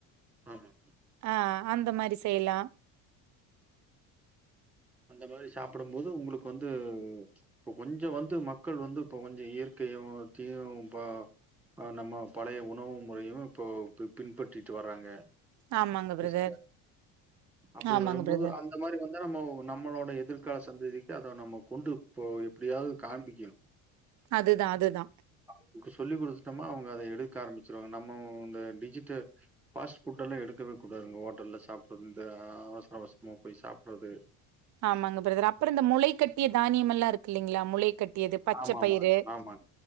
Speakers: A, in the centre; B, on the right (about 50°).
A: ஆமா.
B: ஆ அந்த மாரி செய்லா
A: அந்த மாரி சாப்புடும் போது உங்களுக்கு வந்து இப்போ கொஞ்ச வந்து மக்கள் வந்து இப்ப கொஞ்ச இயற்கையையு த்தையு ப ஆ நம்ம பழைய உணவு முறையு இப்போ பி பின்பற்றிட்டு வர்றாங்க
B: ஆமாங்க
A: சிஸ்டர்
B: பிரதர்.
A: அப்டி
B: ஆமாங்க
A: வரும்போது
B: பிரதர்.
A: அந் அந்த மாரி வந்தா நம்மோ நம்மளோட எதிர்கால சந்ததிக்கு அத நம்ம கொண்டு போய் எப்டியாவது காண்பிக்கணு
B: அதுதா அதுதா
A: அவுங்க்கு சொல்லி் குடுத்துட்டோமா அவுங்க அத எடுக்க ஆரம்பிச்சிருவாங்க நம்மோ இந்த டிஜிட்ட ஃபாஸ்ட் ஃபுட்டெல்லா எடுக்கவே கூடாங்க ஹோட்டல்ல சாப்புட்றது இந்த அவசர அவசரமா போய் சாப்புட்றது
B: ஆமாங்க பிரதர் அப்புற இந்த முளைக்கட்டிய தானியம் எல்லா இருக்கு இல்லீங்களா முளைக்கட் டியது பச்ச
A: ஆமாமா.
B: பயிறு
A: ஆமாங்க.